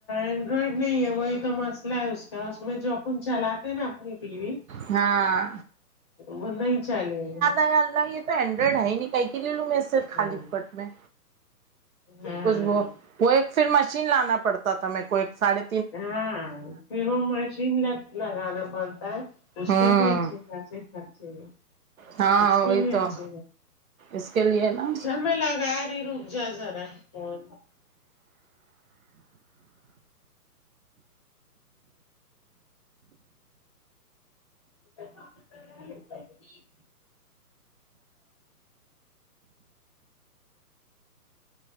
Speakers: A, on the left (about 15°); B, on the right (about 60°).
A: اینڈرائڈ نہیں ہے وہی تو مست لہ اس کا اس میں جو اپن چلاتے نا اپنی ٹی وی
B: ہاں
A: وہ نہیں چلے گا
B: یہ اللہ یہ تو اینڈرائڈ ہے ہی نہیں کیے کے لیے لوں میں اس سے خالی
A: ہاں
B: فوگٹ میں
A: ہاں
B: خوشبو وہ ایک پھر مشین لانا پڑتا تھا میں کو ایک ساڑے
A: ہاں پھر وہ مشین لگ لگانا پڑتا ہے اس
B: ہوں
A: کے بھی اچھے خاصے خرچے
B: ہاں
A: اس کے
B: وہی
A: بھی
B: تو
A: اچھے
B: اس کے لیے نا
A: چل میں لگا رہی روں جا ذرا اور <inaudible>